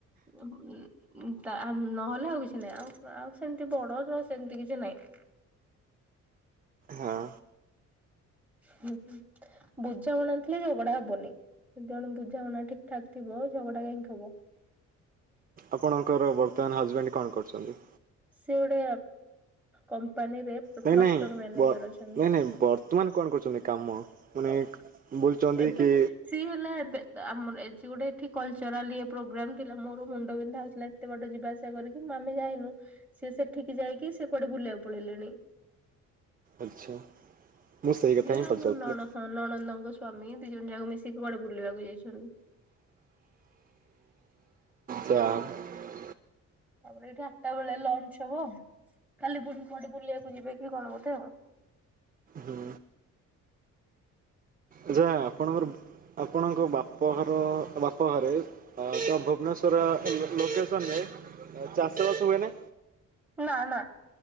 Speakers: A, in the centre; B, on the right.
A: ଉଁ ଉଁ ତା ନହେଲେ ଆଉ କିଛି ନାହିଁ। ଆଉ ଆଉ ସେମତି ବଡର ସେମତି କିଛି ନାହିଁ।
B: ହଁ।
A: ହୁଁ ହୁଁ ବୁଝାମଣା ଥିଲେ ଝଗଡା ହବନି। ଦି ଜଣ ବୁଝାମଣା ଠିକ୍ ଠାକ୍ ଥିବ ଝଗଡା କାହିଁକି ହବ।
B: ଆପଣଙ୍କର ବର୍ତ୍ତମାନ ହଜବେଣ୍ଡ କଣ କରୁଛନ୍ତି?
A: ସେ ଗୋଟେ କମ୍ ମ୍ପାନୀରେ
B: ନାଇଁ
A: କ୍ଲଷ୍ଟର
B: ନାଇଁ
A: ମ୍ୟାନେଜର
B: ବ
A: ଅଛନ୍ତି।
B: ନାଇଁ ନାଇଁ ବର୍ତ୍ତମାନ କଣ କରୁଛନ୍ତି କାମ? ମାନେ
A: ଓ
B: ବୁଲୁଛନ୍ତି
A: ଏବେ
B: କି
A: ସିଏ ହେଲା ଏବେ ଆମର ଏଜି ଗୋଟେ ଏଠି କଲଚରାଲି ପ୍ରୋଗ୍ରାମ ଥିଲା ମୋର ମୁଣ୍ଡ ବିନ୍ଧା ହଉଥିଲା ଏତେ ବଡ ଯିବା ଆସିବା କରିକି ଆମେ ଯାଇନୁ ସିଏ ସେଠିକି ଯାଇକି ସେ କୁଆଡେ ବୁଲିବାକୁ ପଳେଇଲେଣି।
B: ଆଚ୍ଛା। ମୁଁ ସେଇ କଥା
A: ସିଏ
B: ହିଁ
A: ଆଉ
B: ପଚାରୁଥିଲି
A: ମୁଁ ନଣ ହଁ ନଣନ୍ଦଙ୍କ ସ୍ଵାମୀ ଦି ଜଣ ଯାକ ମିଶିକି କୁଆଡେ ବୁଲିବାକୁ ଯାଇଛନ୍ତି।
B: ଯାହା ହୋଉ।
A: ତାପରେ ଏଇଠି ଆଠଟା ବେଳେ ଲଞ୍ଚ ହବ। କାଲି ଫୁଣି କୁଆଡେ ବୁଲିବାକୁ ଯିବେ କି କଣ ବୋଧେ ଆଉ।
B: ହୁଁ। ଆଚ୍ଛା ଆପଣଙ୍କର ଆପ ଆପଣଙ୍କ ବାପଘର ବାପଘରେ ତ ଭୁବନେଶ୍ୱର ଲୋକ୍ ଲୋକେସନରେ ଆଉ ଚାଷବାସ ହୁଏ ନା?
A: ନା ନା